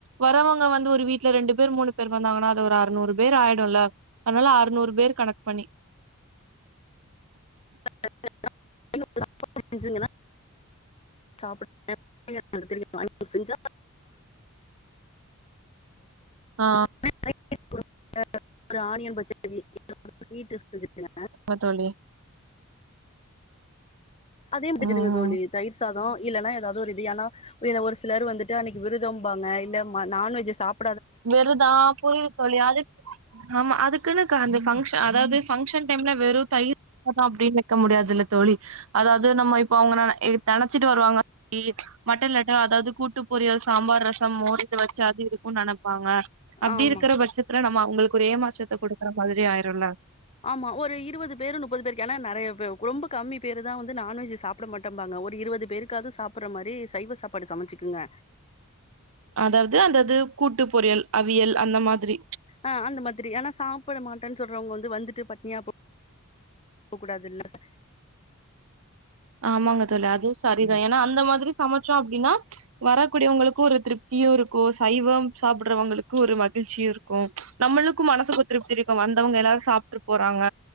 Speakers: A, on the right (about 70°); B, on the left (about 25°).
A: வரவங்க வந்து ஒரு வீட்ல ரெண்டு பேர் மூணு பேர் வந்தாங்கன்னா அது ஒரு அறநூறு பேர் ஆயிடுல்ல அதுனால அறுநூறு பேர் கணக்கு பண்ணி
B: <inaudible> <inaudible> செஞ்சா <inaudible> <inaudible>
A: ஆ
B: <inaudible> ஒரு ஆனியன் பச்சடி வெறு ஹுட்டு செஞ்சுக்கங்க
A: வ தோழி
B: அதே வெச்சுடுங்க
A: ம்
B: தோழி தயிர் சாதோ இல்லன்னா ஏதாது ஒரு இது ஆனா இல்ல ஒரு சிலர் வந்து டு அன்னிக்கி விருதம்பாங்க இல்ல ம நான்வெஜ் சாப்
A: வெருதா புரி தோழி அதுக் ஆமா அதுகுனு க அந்த ஃபங்க்ஷ அதாது ஃபங்க்ஷன் டைம்ல வெறு தயிர் <unintelligible> அப்டின்னு வெக்க முடியாதுல்ல தோழி அதாது நம்ம இப்ப அவங்க ந இ நெனச்சிட்டு வருவாங்க இ மட்டன் லட்ட அதாது கூட்டு பொரியல் சாம்பார் ரசம் மோர் இது வச்சு அது இருக்குன் நெனப் பாங்க அப்டி
B: ஆமா
A: இருக்குற பட்சத்துல நம்ம அவுங்ளுக்கு ஒரு ஏமாற்றத்த குடுக்குற மாதிரி ஆயிருல்ல
B: ஆமா ஒரு இருவது பேரு நுப்பது பேருக்கு ஏனா நெறையா பே ரொம்ப கம்மி பேரு தா வந்து நான்வெஜ் சாப் புட மாட்டம்பாங்க ஒரு இருவது பேருக்காது சாப்புட்ற மாரி சைவ சாப்பாடு சமச்சுக்குங்க
A: அதாவ்து அந்தது கூட்டு பொரியல் அவியல் அந்த மாதிரி
B: அ அந்த மாதிரி ஏனா சாப்புட மாட்டேன் சொல்றவங்க வந்து வந்துட்டு பட்னியா போ கக்கூடாதுல்ல <inaudible>
A: ஆமாங்க தோழி அதுவு சரிதா
B: கூடாதுல்ல
A: ஏனா அந்த மாதிரி சமச்சோ அப்டினா வரக்கூடியவங்களுக்கு ஒரு திருப்தியு இருக்கு சைவம் சாப்புட்றவங்களுக்கு ஒரு மகிழ்ச்சியு இரு கு நம்மளுக்கு மனசுக்கு திருப்தி இருக்கு வந்தவங்க எல்லாரு சாப்ட்டு போறாங்க